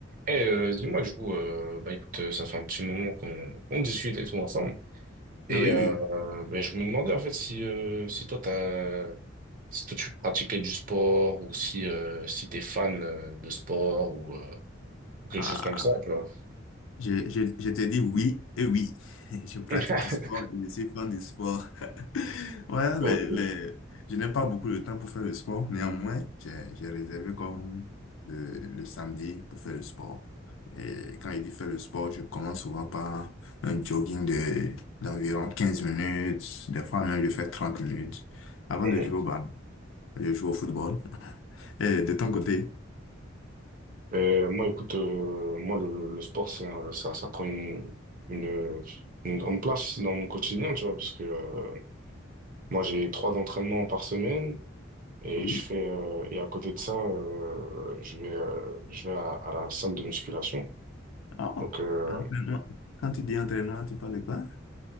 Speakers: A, on the right; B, on the left.
A: Eh, euh, dis-moi que je vous, euh, bah écoute, euh, ça fait un petit moment qu'on qu'on discute et tout ensemble. Et
B: Ah Oui,
A: euh, bah, je me demandais en fait si euh, si toi t'as si toi tu pratiquais du sport ou si euh, si t'es fan euh, de sport ou, euh, ou quelque
B: ah,
A: chose comme ça. tu vois.
B: je, je, je te dis oui et oui. <laughs> Je pratique
A: <laughs>
B: du sport et je suis fan du sport. <laughs> Ouais,
A: Ok.
B: les, les- je n'ai pas beaucoup de temps pour faire le sport. Néanmoins, j'ai j'ai réservé comme le, le samedi pour faire le sport. Et quand il dit faire le sport, je commence souvent par un jogging de, d'environ 15 minutes. Des fois même, je fais 30 minutes avant
A: Mhm.
B: de jouer au ballon. Je joue au football. Et de ton côté,
A: Euh, moi, écoute, euh, moi le, le sport c'est un- ça ça prend une, une une grande place dans mon quotidien, tu vois, parce que euh, moi j'ai trois entraînements par semaine. Et
B: oui.
A: je fais euh, et à côté de ça, euh, je vais euh, je vais à, à la salle de musculation.
B: Oh.
A: Donc euh,
B: Entraînement. Quand tu dis entraînement, tu parles de quoi?